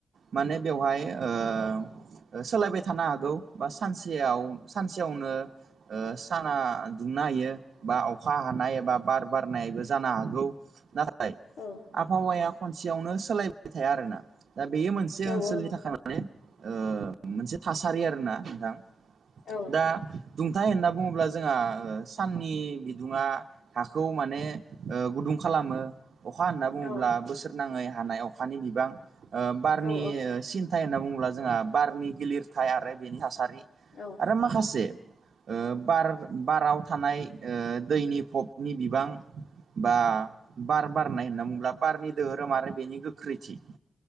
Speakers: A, on the right; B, on the left.
A: माने बेवहाय ओ ओ सोलायबाय थानो हागौ बा सानसेयाव सानसेयावनो ओ साना दुंनो हायो बा अखा हानाय एबा बार बारनायबो जानो हागौ। नाथाय
B: औ।
A: आबहावाया खनसेयावनो सोलायबाय थाया आरोना दा बेयो मोनसे
B: औ
A: ओनसोलनि
B: नंगौ
A: थाखाय माने ओ मोनसे थासारि आरोना नोंथां
B: औ
A: दा दुंथाय होनना बुङोब्ला जोंहा ओ साननि बिदुुंङा हाखौ माने ओ गुदुं खालामो अखा होनना बुङोब्ला
B: औ
A: बोसोर नाङै हानाय अखानि बिबां ओ बारनि
B: औ
A: सिन्थाय होनना बुङोब्ला बारनि गिलिरथाय आरो बेनि थासारि
B: औ।
A: आरो माखासे ओ बार बाराव थानाय ओ दैनि फबनि बिबां बा बार बारनाय होनना बुङोला बारनि दोहोरोम आरो बेनि गोख्रै थि